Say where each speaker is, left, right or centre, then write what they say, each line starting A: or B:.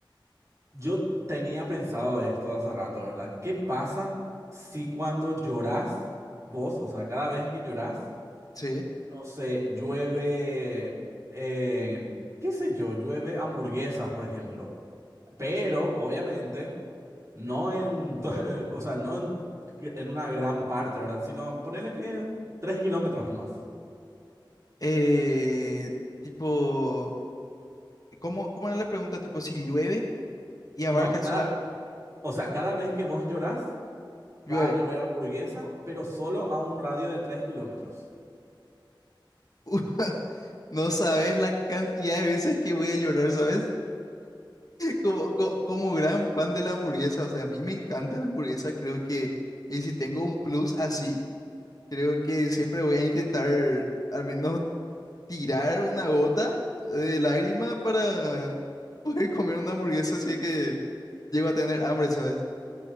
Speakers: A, on the right; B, on the left.
A: Yo tenía pensado esto hace rato, ¿verdad? ¿Qué pasa si cuando llorás, vos, o sea, cada vez que llorás,
B: Sí.
A: no sé, llueve, eh, qué sé yo, llueve hamburguesas, por ejemplo? Pero, obviamente, no en, to- <laughs> o sea, no en, en una gran parte, ¿verdad? Sino ponerle que tres kilómetros nomás.
B: Eh, tipo, ¿cómo, cómo era la pregunta? Tipo, si llueve y abarca
A: No, cada,
B: solamente
A: o sea, cada vez que vos llorás,
B: llueve.
A: va a llover hamburguesa, pero solo a un radio de tres kilómetros.
B: <laughs> No sabes la cantidad de veces que voy a llorar, ¿sabes? Como, co- como gran fan de la hamburguesa, o sea, a mí me encanta la hamburguesa, creo que, y si tengo un plus así, creo que siempre voy a intentar al menos tirar una gota de lágrima para <laughs> poder comer una hamburguesa si es que llego a tener hambre, ¿sabes?